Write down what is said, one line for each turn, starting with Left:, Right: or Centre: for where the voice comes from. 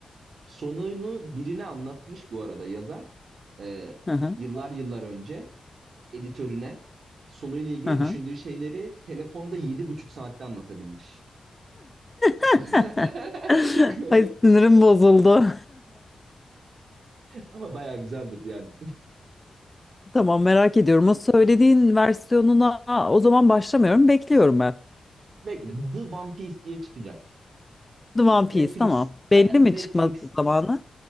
Right: sonunu birine anlatmış bu arada yazar. Ee,
Left: aha,
Right: yıllar yıllar önce editörüne sonuyla ilgili
Left: aha.
Right: düşündüğü şeyleri telefonda yedi buçuk saatte anlatabilmiş.
Left: <laughs>
Right: <laughs>
Left: Ay sinirim bozuldu. <laughs>
Right: Ama bayağı güzeldir yani.
Left: Tamam merak ediyorum. O söylediğin versiyonuna o zaman başlamıyorum. Bekliyorum ben.
Right: Bekle The One Piece diye çıkacak.
Left: The One
Right: E,
Left: Piece
Right: Netflix
Left: tamam. Belli
Right: aynen
Left: mi
Right: Netflix
Left: çıkma zamanı?